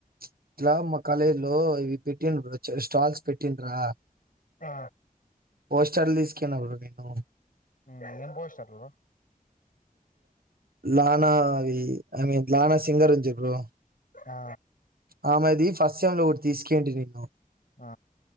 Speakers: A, on the right (about 80°); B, on the left (about 65°).
A: ఇట్లా మా కాలేజీ లో ఇవి పెట్టిన్ర స్టాల్స్ పెట్టిండ్రా
B: ఆ
A: పోస్టర్ తీసుకొనివెళ్ళిన బ్రో నేను
B: హ్మ్ <unintelligible> పోస్టర్ బ్రో
A: లానా అది ఐమీన్, లనా సింగరుంద్ జూ బ్రో
B: ఆ
A: ప్చ్ ఆమెది ఫస్ట్ సెమ్ లో ఒకటి తీస్కేయండి. నిన్ను
B: ఆ